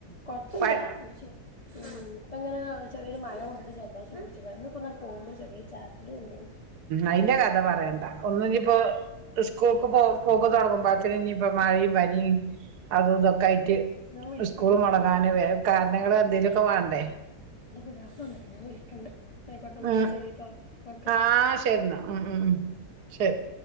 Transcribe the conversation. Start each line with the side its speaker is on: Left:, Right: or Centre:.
Left: കൊഴപ്പില്ല,
Right: പ
Left: ന്ന്ച്ച് പ്പങ്ങനെ ചെറിയൊരു മഴ കൊണ്ടിട്ട് ജദോഷം പുട്ച്ചക്ക. ന്ന് പ്പന്നണ്ട് പോവുമ്പോ ചെറിയൊരു ചാറ്റല് കൊണ്ടീന്ന്
Right: അയ്ന്റെ കഥ പറയണ്ട. ഒന്നുന്നിപ്പോ സ്കൂൾക്ക് പോ പോക്ക് തൊടങ്ങുമ്പോത്തിന് ന്നിപ്പോ മഴയും പനിയും അതും തൊക്കായിട്ട്
Left: ഞാൻ വിളിക്കണ്ട്ട്ടോ
Right: സ്കൂൾ മുടങ്ങാന് വേ കാരണങ്ങളെന്തേങ്കലൊക്കെ വാണ്ടേ
Left: ന്റെ പുത്യാപ്ല വന്നിട്ട്ണ്ട് ഞാൻ വിളിക്കണ്ട്, ന്നാ ഐക്കോട്ടെ ന്നട്ട്
Right: ഉം
Left: ശരിട്ടോ ഓക്കെ
Right: ആഹ് ശരിന്ന ഉം ഉം ഉം ശരി